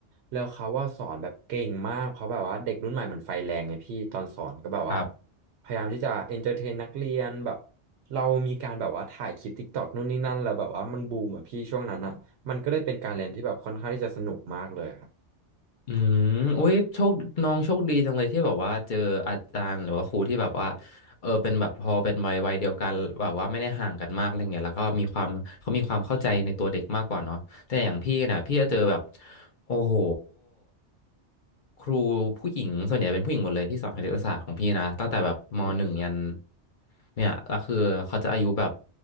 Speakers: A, on the right; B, on the left.
A: แล้วเขาว่าสอนแบบเก่งมากเพราะแบบว่าเด็กรุ่นใหม่มันไฟแรงไงพี่ตอนสอนก็แบบว่า
B: ครับ
A: พยายามที่จะเอนเตอร์เทนนักเรียนแบบเรามีการแบบว่าถ่ายคลิปติ๊กตอกนู่นนี่นั่นแล้วแบบว่ามันบูมอ่ะพี่ช่วงนั้นอ่ะมันก็เลยเป็นการเรียนที่แบบค่อนข้างที่จะสนุกมากเลยครับ
B: อืมอุ้ยโชคน้องโชคดีจังเลยที่แบบว่าเจออาจารย์หรือว่าครูที่แบบว่าเออเป็นแบบพอเป็นวัยวัยเดียวกันแบบว่าไม่ได้ห่างกันมากอะไรเงี้ยแล้วก็มีความเขามีความเข้าใจในตัวเด็กมากกว่าเนาะ แต่อย่างพี่นะพี่จะเจอแบบโอ้โหครูผู้หญิงส่วนใหญ่เป็นผู้หญิงหมดเลยที่สอนคณิตศาสตร์ของพี่นะตั้งแต่แบบมหนึ่งยัน
A: อืม
B: เนี่ยก็คือเขาจะอายุแบบ